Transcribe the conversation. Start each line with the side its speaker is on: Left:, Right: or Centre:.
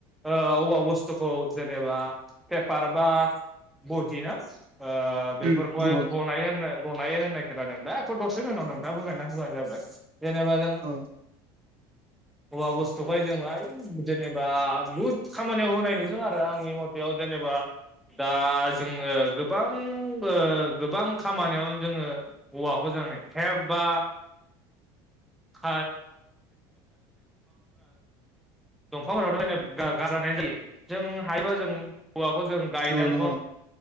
Centre: ओ औवा बुस्थुखौ जेनेबा पेपार बा बहिना ओ बेफोरखौहाय
Right: उम नंगौ
Centre: बनायोनो होन्नाय बनायो होननाय खोनादों। दा अख' दसेनि उनाव नोंथाङा बुजायना होबानो जाबाय। जेनेबा जों
Right: औ
Centre: औवा बुस्थुखाय जों आइ जेनेबा बुहुद खामानियाव होनाय नुदों आरो। आंनि मथ बेयाव जेनेबा दा जोङो गोबां ओ गोबां खामानियावनो जोङो औवाखौ जों हेलप बा <unintelligible> दंफांफोराथ' <inaudible> जायो जों हायोबा जों औवाखौ जों गायनांगौ
Right: औ नंगौ